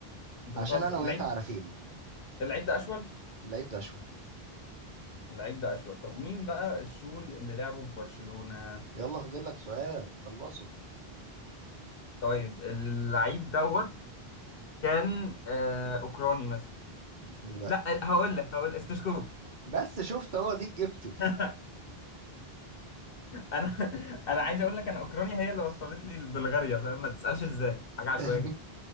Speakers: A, on the left; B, on the right.
A: انت
B: عشان
A: بتهزر
B: انا وانت
A: اللعيب
B: عارفينه
A: اللعيب ده اشول
B: اللعيب ده اشول
A: اللعيب ده اشول طب مين بقى الشول اللي لعبه في برشلونة
B: يلا فاضل لك سؤال خلصه
A: طيب اللعيب دوت كان آه اوكراني مثلا
B: لا
A: لا هقول لك هقول استشكوف
B: بس شفت هو ديك جبته
A: <laughs> انا انا عايز اقول لك انا اوكرانيا هي اللي وصلت لي بلغاريا فاهم ما تسالش ازاي حاجه عشوائيه
B: <laughs>
A: جدا